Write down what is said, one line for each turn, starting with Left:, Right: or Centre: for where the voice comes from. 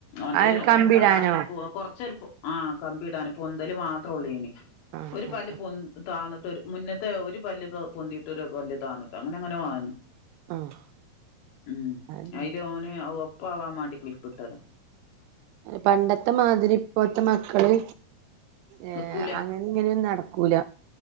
Left: ഓന്റെനെ
Right: അത് കമ്പിടാനോ
Left: ഏഹ് സദാക്ലിപ്പുവാ
Right: ആഹ്
Left: കൊറച്ചൊരുപ്പ ആഹ് കമ്പിയിടാന് പൊന്തല് മാത്രം ഒള്ളൂ ഇനി
Right: ആഹ്
Left: ഒരു പല്ല് പൊന്ത്‌ താന്നിട്ടൊരു മുന്നത്തെ ഒരുപല്ലിപ്പം പൊന്തിട്ടൊരു പല്ലെ താന്നിട്ട് അങ്ങനെങ്ങനോ ആനെ
Right: ആഹ് ആഹ്
Left: ഉം
Right: അതന്നെ
Left: അയില് ഓന് ഒപ്പാവാൻ വേണ്ടി ക്ലിപ്പിട്ടതാ
Right: പണ്ടത്തെ മാതിരി ഇപ്പോയത്തെ മക്കള് ഏഹ്
Left: നിക്കൂല
Right: അങ്ങനിങ്ങനെയൊന്നും നടക്കൂല